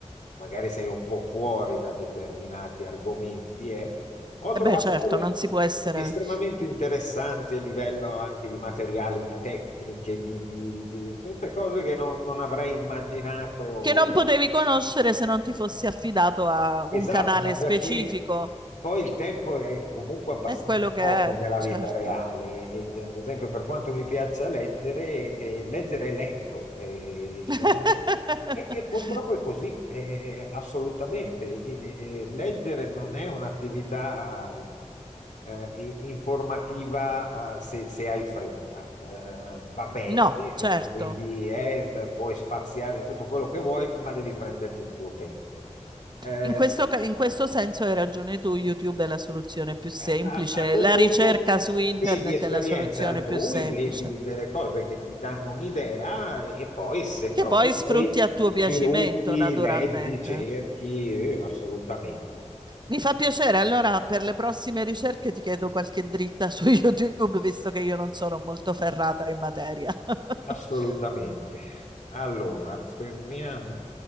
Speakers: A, on the left; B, on the right.
A: magari sei un po' fuori da determinati argomenti. eh. Ho trovato
B: E beh, certo,
A: cose
B: non si può essere.
A: estremamente interessanti a livello anche di materiali, di tecniche, di, di- di tutte cose che non, non avrei immaginato
B: Che non potevi conoscere se non ti fossi affidato a un
A: Esatto,
B: canale
A: ma perché
B: specifico.
A: poi il tempo è comunque abbastanza
B: È quello
A: poco
B: che è,
A: nella
B: certo.
A: vita reale. E, e, ad esempio, per quanto mi piaccia leggere, eh, leggere è lento. eh,
B: <laughs>
A: E, e purtroppo è così, eh, eh, eh, assolutamente. E- e leggere non è un'attività eh, i- informativa eh, se, se hai fretta. Eh, va bene,
B: No, certo.
A: eh, quindi è- puoi spaziare in tutto quello che vuoi, ma devi prenderti il tuo tempo. Eh,
B: In questo, ca- in questo senso hai ragione tu, YouTube è la soluzione più semplice,
A: Eh, A, a quel
B: la
A: punto
B: ricerca su internet
A: vedi esperienze
B: è la soluzione
A: altrui,
B: più semplice,
A: vedi delle cose che ti danno un'idea e poi se
B: che
A: proprio
B: poi sfrutti
A: poi
B: a tuo
A: sviluppi,
B: piacimento, naturalmente.
A: leggi, cerchi, eh, assolutamente,
B: Mi fa piacere, allora per le prossime ricerche ti chiedo qualche dritta su <laughs> YouTube, visto che io non sono molto ferrata in materia. <laughs>
A: assolutamente. Allora, fermiamo.